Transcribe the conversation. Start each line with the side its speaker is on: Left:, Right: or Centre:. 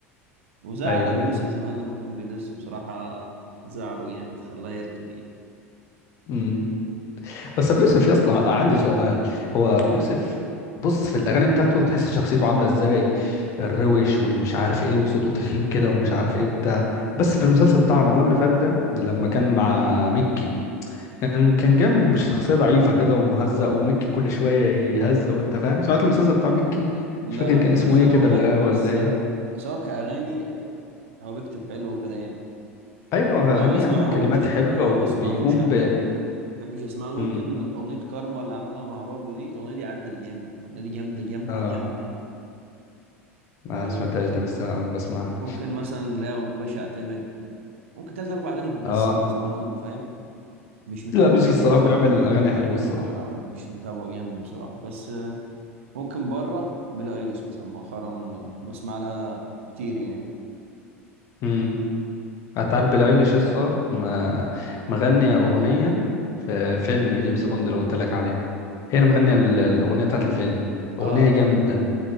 Right: وزعل
Left: ايوه
Right: ابو
Left: ايوه
Right: يوسف زمان لما كان بيدسه بصراحة زعله جامد خلاه يركن يعني
Left: امم بس ابو يوسف يا اسطى عندي سؤال هو ابو يوسف بص في الاغاني بتاعته تحس شخصيته عامله ازاي الروش والمش عارف ايه وصوته تخين كده ومش عارف ايه وبتاع بس في المسلسل بتاع رمضان اللي فات ده لما كان مع ميكي كان كان جنب بشخصيه ضعيفه كده ومهزأ وميكي كل شويه يهزق وانت فاهم سمعت المسلسل بتاع ميكي
Right: لا
Left: مش فاكر
Right: لا
Left: كان
Right: بس
Left: اسمه ايه
Right: الأغنية
Left: كده الغاوي
Right: بس
Left: ولا ايه
Right: بس هو كأغاني هو بيكتب حلو وكده يعني
Left: ايوه
Right: لكن
Left: اغانيه
Right: أنا ما بسمعهوش
Left: يا عم الكلمات حلوه
Right: أنا
Left: وبيقوم
Right: ما بسمعهوش عامة ما بحبش أسمع له
Left: امم
Right: ممكن أغنية كارما اللي عملها مع بابلو دي الأغنية دي عدت جامد الأغنية دي جامدة جامدة
Left: اه
Right: جامدة يعني
Left: ما
Right: أه
Left: سمعتهاش دي بس بسمعها
Right: ممكن مثلا لا باشا أعتمد ممكن تلات أربع أغاني بس
Left: اه
Right: اللي بسمعهم له فاهم مش متابعه
Left: لا بيوسف
Right: جامد
Left: الصراحه بيعمل اغاني حلوه الصراحه
Right: أنا مش متابعه جامد بصراحة بس آه، ممكن بره بيلي أيليش مثلا مؤخرا آه، بسمع لها كتير يعني
Left: امم هتعرف بيلي ايليش يا اسطى ما- مغنيه اغنيه في فيلم جيمس بوند اللي قلت لك عليه هي اللي مغنيه ال- الاغنيه بتاعت الفيلم
Right: اه
Left: اغنيه جامده
Right: اه